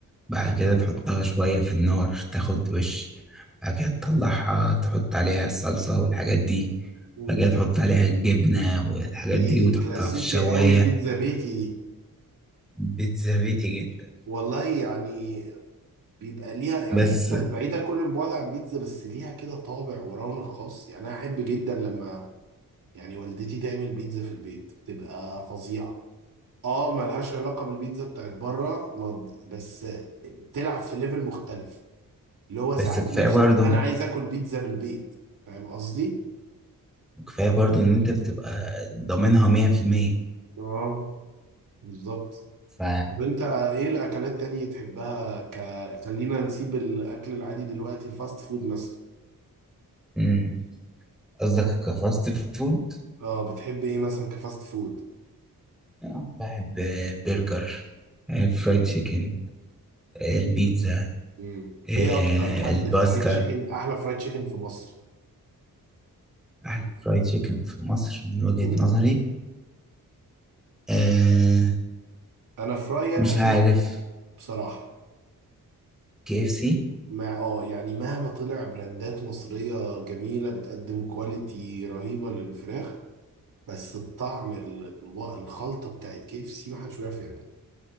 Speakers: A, in the centre; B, on the right.
A: بعد كده تحطها شوية في النار تاخد وش بعد كده تطلعها تحط عليها الصلصة والحاجات دي
B: مم.
A: بعد كده تحط عليها الجبنة والحاجات
B: دي
A: دي وتحطها
B: كلاسيكي
A: في الشواية
B: قوي بيتزا بيتي دي
A: بيتزا بيتي جدا
B: والله يعني بيبقى ليها يعني
A: بس
B: هي بعيده كل البعد عن بيتزا بس ليها كده طابع ورونق خاص يعني انا احب جدا لما يعني والدتي تعمل بيتزا في البيت بتبقى فظيعه اه ملهاش علاقه بالبيتزا بتاعت بره مض- بس بتلعب في ليفل مختلف اللي هو ساعات
A: بس كفاية
B: نفسك
A: برضو
B: انا عايز اكل بيتزا من البيت فاهم قصدي؟
A: كفاية برضو إن أنت بتبقى ضامنها مية في المية
B: اه بالظبط
A: ف
B: طب انت ايه الاكلات تانية تحبها ك... خلينا نسيب الاكل العادي دلوقتي الفاست فود مثلا
A: مم. قصدك كفاست فود؟
B: اه بتحب ايه مثلا كفاست فود؟
A: آه، بحب برجر آه، فرايد
B: مم.
A: تشيكن آه، البيتزا
B: مم.
A: آه،
B: ايه اكتر حد
A: الباستا
B: فرايد تشيكن احلى فرايد تشيكن في مصر؟
A: أحلى فرايد تشيكن في مصر من وجهة
B: مم.
A: نظري آه،
B: انا في رايي
A: مش
B: انا اكيد
A: عارف
B: بصراحة
A: كي اف سي
B: مع اه يعني مهما طلع براندات مصرية جميلة بتقدم كواليتي رهيبة للفراخ بس الطعم ال- الو- الخلطه بتاعت كي اف سي محدش بيعرف يعملها